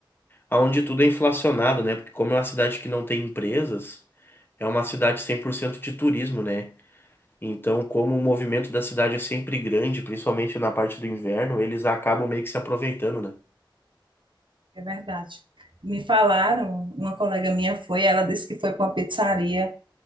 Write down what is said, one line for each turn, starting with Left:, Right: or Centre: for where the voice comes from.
Left: onde tudo é inflacionado, né? Porque como é uma cidade que não tem empresas, é uma cidade 100% de turismo, né? Então, como o movimento da cidade é sempre grande, principalmente na parte do inverno, eles acabam meio que se aproveitando, né?
Right: é verdade. Me falaram, uma colega minha foi, ela disse que foi para uma pizzaria,